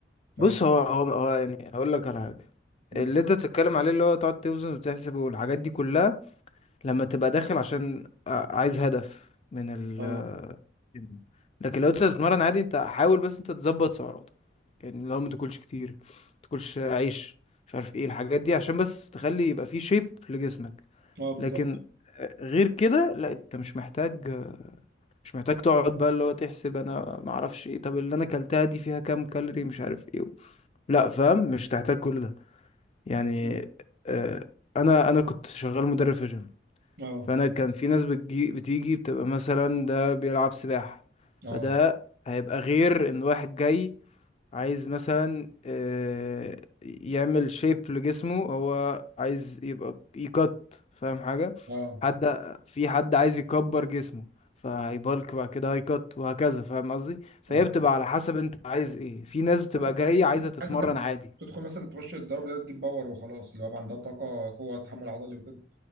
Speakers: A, on the right; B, on the left.
A: ف
B: بص هو هو, هو يعني هقول لك على حاجة
A: مم.
B: اللي أنت بتتكلم عليه اللي هو تقعد توزن وتحسب والحاجات دي كلها لما تبقى داخل عشان ع- عايز هدف من ال
A: اه
B: الجيم. لكن لو أنت بتتمرن عادي أنت حاول بس أنت تظبط سعراتك يعني لو ما تاكلش كتير ما تاكلش عيش مش عارف ايه الحاجات دي عشان بس تخلي يبقى فيه شيب لجسمك
A: اه بالظبط
B: لكن آه، غير كده لا انت مش محتاج مش محتاج تقعد بقى اللي هو تحسب انا ما اعرفش ايه طب اللي انا كلتها دي فيها كام كالوري مش عارف ايه لا فاهم مش هتحتاج كل ده يعني
A: مم.
B: آه انا انا كنت شغال مدرب في جيم
A: اه
B: فانا كان في ناس بتجي بتيجي بتبقى مثلا ده بيلعب سباحة فده
A: اه
B: هيبقى غير ان واحد جاي عايز مثلا آه، يعمل شيب لجسمه هو عايز يبقى يقط فاهم حاجة
A: اه
B: حد في حد عايز يكبر جسمه فهيبالك بعد كده هيكت وهكذا فاهم قصدي فهي
A: اه
B: بتبقى على حسب انت عايز ايه في ناس بتبقى
A: بس
B: جاية عايزة تتمرن
A: عايز أدخل-
B: عادي
A: تدخل مثلا تخش الضرب ده تجيب باور وخلاص اللي هو يبقى عندها طاقه قوه تحمل عضلي وكده